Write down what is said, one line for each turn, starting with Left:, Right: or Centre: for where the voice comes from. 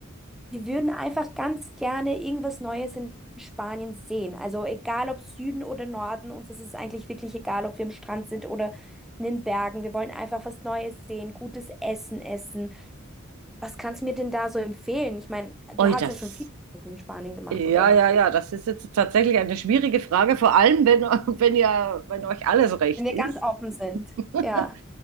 Centre: wir würden einfach ganz gerne irgendwas Neues in Spanien sehen. Also egal ob Süden oder Norden, uns ist es eigentlich wirklich egal, ob wir am Strand sind oder in den Bergen. Wir wollen einfach was Neues sehen, gutes Essen essen. Was kannst du mir denn da so empfehlen? Ich meine, du
Right: Oi,
Centre: hast
Right: das.
Centre: ja schon viele Reisen in Spanien gemacht,
Right: Ja,
Centre: oder?
Right: ja, ja, das ist jetzt tatsächlich eine schwierige Frage, vor allem wenn, <laughs> wenn ja, wenn euch alles recht
Centre: Wenn wir
Right: ist.
Centre: ganz offen sind.
Right: <laughs>
Centre: Ja.